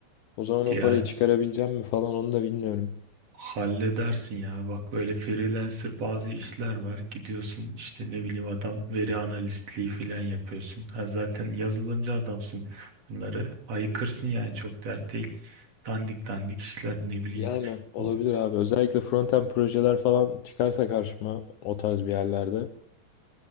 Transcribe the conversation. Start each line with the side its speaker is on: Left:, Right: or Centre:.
Left: O zaman o
Right: Yani
Left: parayı çıkarabileceğim mi falan onu da bilmiyorum.
Right: Halledersin ya. Bak böyle freelancer bazı işler var. Gidiyorsun işte ne bileyim adam veri analistliği falan yapıyorsun. Ha, zaten yazılımcı adamsın. Bunları ayıkırsın yani çok dert değil. Dandik dandik işler ne bileyim.
Left: Yani olabilir
Right: O
Left: abi. Özellikle frontend projeler falan çıkarsa karşıma o tarz bir yerlerde.